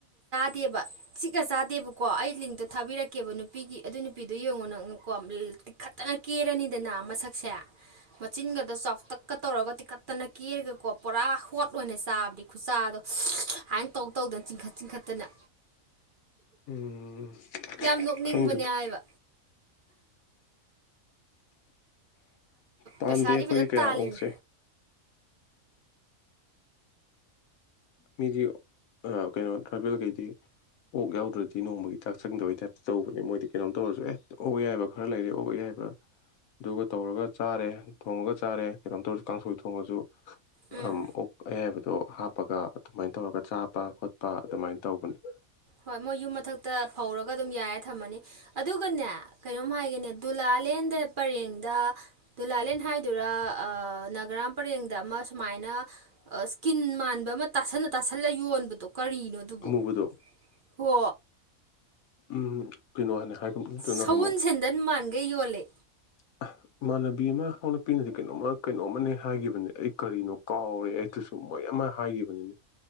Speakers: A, on the right; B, on the left.
A: ꯦꯕ ꯁꯤꯒ ꯆꯥꯗꯦꯕ ꯀꯣ ꯑꯩ ꯂꯤꯡꯇꯣ ꯊꯥꯕꯤꯔꯛꯀꯦꯕ ꯅꯨꯄꯤꯒꯤ ꯑꯗꯨ ꯅꯨꯄꯤꯗꯨꯣ ꯌꯦꯡꯉꯣ ꯅꯪꯅꯀꯣ ꯇꯤꯛꯈꯠꯇꯅ ꯀꯦꯔꯅꯤꯗꯅ ꯃꯁꯛꯁꯦ ꯃꯆꯤꯟꯒꯗ ꯆꯥꯎꯇꯛꯀ ꯇꯧꯔꯒ ꯇꯤꯛꯈꯠꯇꯅ ꯀꯦꯔꯒꯀꯣ ꯄꯨꯔꯥ ꯍꯣꯠ ꯑꯣꯏꯅ ꯆꯥꯕꯗꯤ ꯈꯨꯆꯥꯥꯗꯣ ꯍꯥꯏꯅ ꯇꯧ ꯇꯧꯗꯅ ꯆꯤꯡꯈꯠ ꯆꯤꯡꯈꯠꯇꯅ
B: ꯎꯝ
A: ꯌꯥꯝ ꯅꯣꯛꯅꯤꯡꯕꯅꯦ
B: ꯈꯪꯗꯦꯗ
A: ꯍꯥꯏꯕ
B: ꯄꯥꯝꯗꯦ
A: ꯄꯩꯁꯥꯗꯤ
B: ꯑꯩꯈꯣꯏꯗꯤ
A: ꯐꯖꯅ
B: ꯀꯌꯥ
A: ꯇꯥꯜꯂꯤꯅꯤ
B: ꯑꯣꯛꯁꯦ ꯃꯤꯗꯤ ꯀꯩꯅꯣ ꯇ꯭ꯔꯥꯚꯦꯜꯈꯩꯗꯤ ꯑꯣꯛ ꯌꯥꯎꯗ꯭ꯔꯗꯤ ꯅꯣꯡꯃꯒꯤ ꯆꯥꯛ ꯆꯪꯗꯕꯩ ꯇꯥꯏꯞꯇ ꯇꯧꯕꯅꯦ ꯃꯣꯏꯗꯤ ꯀꯩꯅꯣꯝ ꯇꯧꯔꯁꯨ ꯑꯦ ꯑꯣꯛ ꯌꯥꯏꯕ ꯈꯔ ꯂꯩꯔꯦ ꯑꯣꯛ ꯌꯥꯏ ꯑꯗꯨꯒ ꯇꯧꯔꯒ ꯆꯥꯔꯦ ꯊꯣꯡꯉꯒ ꯆꯥꯔꯦ ꯀꯩꯅꯣꯝꯇꯧꯔꯁꯨ ꯀꯥꯡꯁꯣꯏ ꯊꯣꯡꯉꯁꯨ
A: ꯎꯝ
B: ꯑꯣꯛ ꯑꯌꯥꯏꯕꯗꯣ ꯍꯥꯞꯄꯒ ꯑꯗꯨꯃꯥꯏꯅ ꯇꯧꯔꯒ ꯆꯥꯕ ꯈꯣꯠꯄ ꯑꯗꯨꯃꯥꯏꯅ ꯇꯧꯕꯅꯤ
A: ꯍꯣꯏ ꯃꯣꯏ ꯌꯨꯝ ꯃꯊꯛꯇ ꯐꯧꯔꯒ ꯑꯗꯨꯝ ꯌꯥꯔꯦ ꯊꯝꯃꯅꯤ ꯑꯗꯨꯒꯅꯦ ꯀꯩꯅꯣꯝ ꯍꯥꯏꯒꯦꯅꯦ ꯗꯨꯂꯥ ꯂꯥꯂꯦꯟꯗ ꯄꯔꯦꯡꯗ ꯨꯂꯥꯂꯦꯟ ꯍꯥꯏꯗꯨꯔ ꯅꯅꯥꯒꯔꯥꯝ ꯄꯔꯦꯡꯗ ꯑꯃ ꯁꯨꯃꯥꯏꯅ ꯁ꯭ꯀꯤꯟ ꯃꯥꯟꯕ ꯑꯃ ꯇꯥꯁꯜꯟꯅ ꯇꯥꯁꯜꯂ ꯌꯣꯟꯕꯗꯣ ꯀꯔꯤꯅꯣ ꯑꯗꯨꯕꯨ
B: ꯑꯃꯨꯕꯗꯣ
A: ꯍꯣ
B: ꯎꯝ ꯀꯩꯅꯣ ꯍꯥꯏꯅꯤ ꯍꯥꯏꯗꯨꯅ
A: ꯁꯎꯟ
B: ꯑꯃꯨꯛ
A: ꯁꯦꯟꯗꯟ ꯃꯥꯟꯒꯩ ꯌꯣꯜꯂꯦ
B: <inaudible> ꯏꯃꯥꯟꯅꯕꯤ ꯑꯃ ꯍꯧꯂꯛꯄꯤꯅꯗꯤ ꯀꯩꯅꯣꯝꯃ ꯀꯩꯅꯣꯝꯃꯅꯦ ꯍꯥꯏꯒꯤꯈꯤꯕꯅꯦ ꯑꯩ ꯀꯔꯤꯅꯣ ꯀꯥꯎꯔꯦ ꯑꯩꯗꯨꯁꯨ ꯃ ꯑꯃ ꯍꯥꯏꯈꯤꯕꯅꯤꯅꯦ